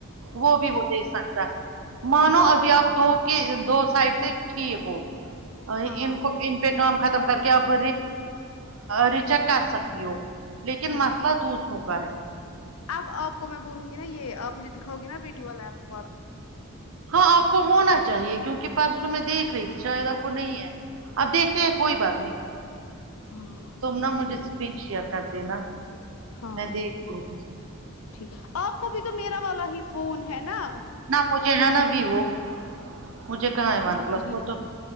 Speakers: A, on the right; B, on the left.
A: وہ بھی وہ دیکھ سکتا ہے مانو
B: ہاں
A: ابھی آپ کہ دو سائڈ سے ٹھیک ہو
B: ہاں
A: ان کو ان پہ کام ختم کر کے آپ ریچیک کر سکتی ہو لیکن
B: ہاں
A: مسئلہ دوسروں کا ہے
B: اب آپ کو میں بولوں گی نا یہ آپ مجھے دکھاؤ گی نہ ویڈیو والا اپپ
A: ہاں آپ کو ہونا چاہیے کیونکہ پرسوں میں دیکھ رہی تھی شاید آپ کو نہیں ہے اب دیکھتے ہیں کوئی بات نہیں
B: ہاں
A: تم نہ مجھے
B: ٹھیک
A: پھر شیر کردینا
B: ہاں
A: میں دکھونگی
B: ٹھیک آپ کو بھی تو میرا والا ہی فون ہے نہ
A: نہ مجھے ہے نہ بھی وہ مجھے کہاں ہے
B: اچھا
A: ون
B: آپ
A: پلس
B: کو ویوو
A: وہ تو
B: ہے